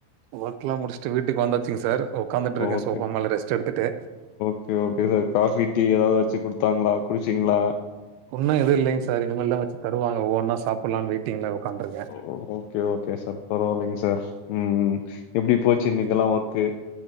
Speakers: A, on the right; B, on the left.
A: ஒர்க்ல்லா முடிச்சுட்டு வீட்டுக்கு வந்தாச்சுங் சார் ஒக்காந்துட்டுருக்கே
B: ஓகே
A: சோபா மேல ரெஸ்ட் எடுத்துட்டு
B: okay okay sir coffee tea எதாவது வச்சு குடுத்தாங்களா குடிச்சீங்களா
A: உன்னு எது இல்லைங் சார் இனிமேல்தா வச்சு தருவாங்க ஒவ்வொன்னா சாப்புட்லானு வெயிட்டிங்ல உக்காந்டுருக்கே
B: ஓ ஓகே ஓகே சார் பரவால்லைங் சார் ம் ம் எப்டி போச்சு
A: ம்.
B: இன்னைக்கெல்லா ஒர்க்கு